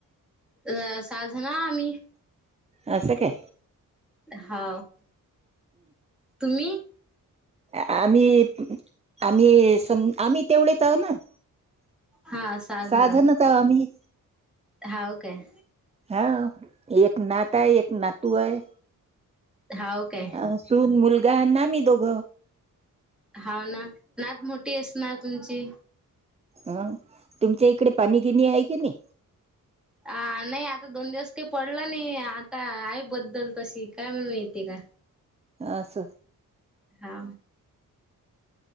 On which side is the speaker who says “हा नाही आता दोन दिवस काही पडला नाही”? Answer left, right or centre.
Centre